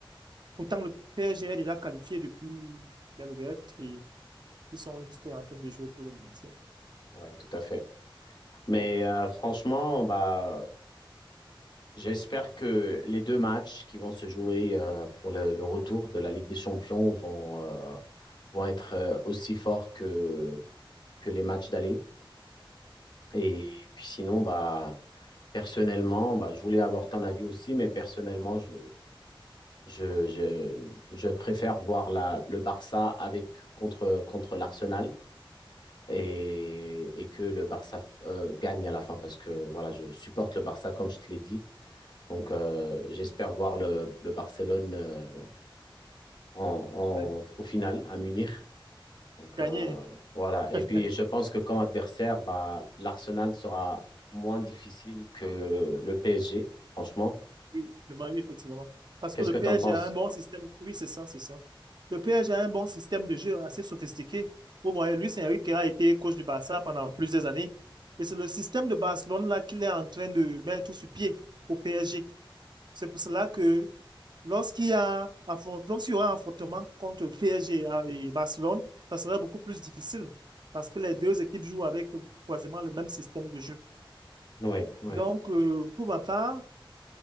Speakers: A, on the right (about 55°); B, on the left (about 55°).
A: Pourtant, le PSG est déjà qualifié depuis Belgrade et ils sont juste en train de jouer pour le maintien.
B: Ouais, tout à fait. Mais
A: Oui.
B: euh, franchement, bah, j'espère que les deux matchs qui vont se jouer euh, pour le, le retour de la Ligue des Champions vont, euh, vont être euh, aussi forts que, que les matchs d'aller. Et puis sinon, bah, personnellement, bah, je voulais avoir ton avis aussi, mais personnellement, je, Je, je, je préfère voir la, le Barça avec contre, contre l'Arsenal et, et que le Barça euh, gagne à la fin parce que voilà, je supporte le Barça comme je te l'ai dit. Donc euh, j'espère voir le, le Barcelone euh, en,
A: Ouais.
B: en, au final à Munich. Donc
A: Gagner,
B: euh, voilà. Et
A: <laughs>
B: puis je pense que comme adversaire, bah, l'Arsenal sera moins difficile que le PSG, franchement.
A: oui, le Man U, effectivement. Parce
B: Qu'est-ce
A: que le
B: que
A: PSG
B: tu en penses?
A: a un bon système. Oui, c'est ça, c'est ça. Le PSG a un bon système de jeu assez sophistiqué. Vous voyez, Luis Enrique a été coach du Barça pendant plusieurs années. Et c'est le système de Barcelone là qu'il est en train de mettre sur pied au PSG. C'est pour cela que Lorsqu'il y a affront- lorsqu'il y aura un affrontement contre le PSG à- et Barcelone, ça serait beaucoup plus difficile parce que les deux équipes jouent avec quasiment le même système de jeu.
B: Oui, oui.
A: Donc, euh, pour ma part,